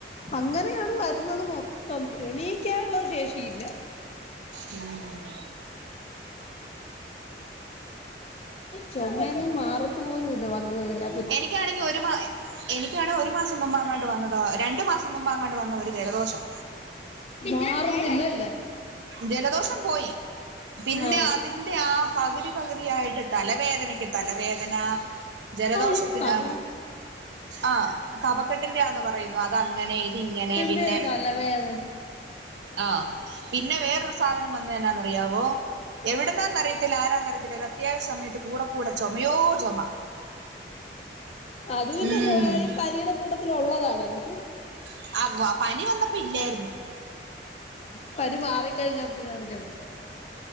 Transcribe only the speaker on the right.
ഉം
എനിക്കാണെങ്കി ഒരു മാ എനിക്കാണ് ഒരു മാസം മുമ്പ് അങ്ങാണ്ട് വന്നത രണ്ടു മാസം മുമ്പങാണ്ട് വന്നതാ ഒരു ജലദോഷം
ജലദോഷം പോയി പിന്നെ
അതിന്റെ ആ പകുതി പകുതിയായിട്ട് തലവേദനക്ക് തലവേദന ജലദോഷത്തിന്
ആഹ് കഫക്കെട്ടിന്റെ ആന്ന് പറയുന്നു അതങ്ങനെ ഇതിങ്ങനെ പിന്നെ
ആഹ് പിന്നെ വേറൊരു സാധനം വന്നെ എന്നാനറിയാവോ എവിടുന്നാന്നറിയത്തില്ല ആരാന്നറിയത്തില്ല ഒരു അത്യാവശ്യ സമയത്ത് കൂടെ കൂടെ ചുമയോട് ചുമ
ഉം
<unintelligible> പനി വന്നപ്പോ ഇല്ലാരുന്നു